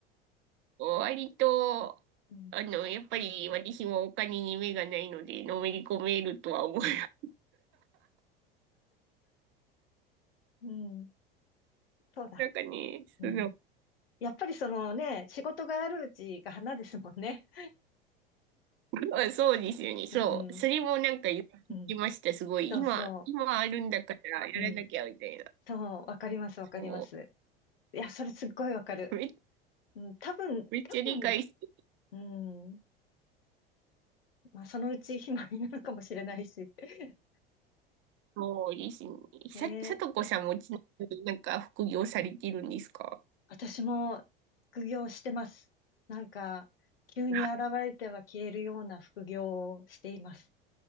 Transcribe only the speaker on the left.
うん、
<laughs> うん、そうだ。
うん。
やっぱりそのね、仕事があるうちが花ですもんね。
<laughs> うん、
うん。
そうそ
う。うん。そう、わかります、わかります。
いや、それすっごいわかる。
うん、多分、
多分、うん。まあ、そのうち暇になるかもしれないし。<laughs>
ねえ、
私も副業してます。なんか、急に現れては消えるような副業をしています。